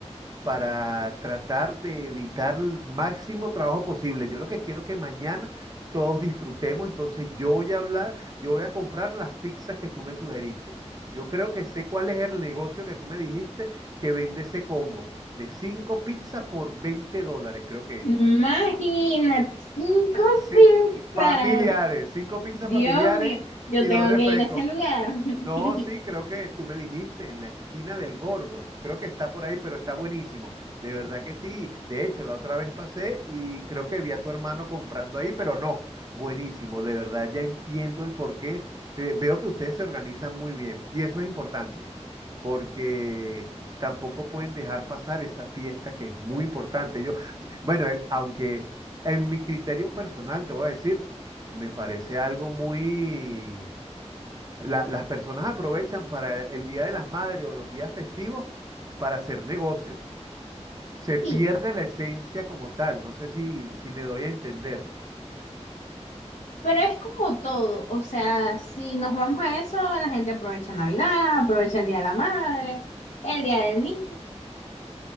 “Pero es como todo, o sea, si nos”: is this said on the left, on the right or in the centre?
Left